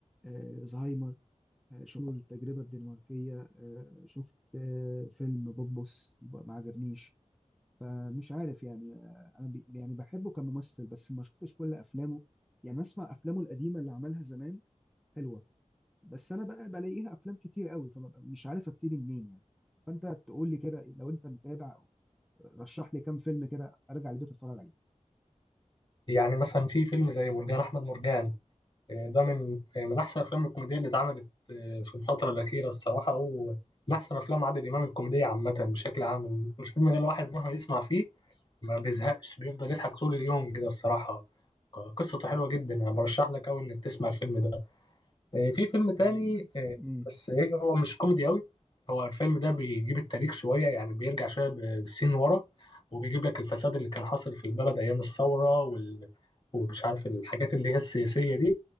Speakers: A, in the centre; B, on the left.
A: آه، آه، زهايمر آه، شفت له التجربه الدنماركيه آه، شفت آه، فيلم بوبوس ما عجبنيش فمش عارف يعني آه، انا بي يعني بحبه كممثل بس ما شفتش كل افلامه يعني اسمع افلامه القديمه اللي عملها زمان حلوه بس انا بقى بلاقيها افلام كتير قوي فببقى مش عارف ابتدي منين يعني فانت تقول لي كده لو انت متابع رشح لي كام فيلم كده ارجع البيت اتفرج عليه
B: يعني مثلا في فيلم زي مرجان احمد مرجان إيه ده من إيه من احسن افلام الكوميديا اللي اتعملت إيه، في الفتره الاخيره الصراحه ومن احسن افلام عادل امام الكوميديه عامه بشكل عام الفيلم ده الواحد مهما يسمع فيه ما بيزهقش بيفضل يضحك طول اليوم كده الصراحه ق- قصته حلوه جدا يعني برشح لك قوي انك تسمع الفيلم ده آه، في فيلم تاني
A: أم،
B: آه،
A: مم.
B: بس ايه هو مش كوميدي قوي هو الفيلم ده بيجيب التاريخ شوية يعني بيرجع شوية بالسين ورا وبيجيب لك الفساد اللي كان حاصل في البلد أيام الثورة وال... ومش عارف الحاجات اللي هي السياسية دي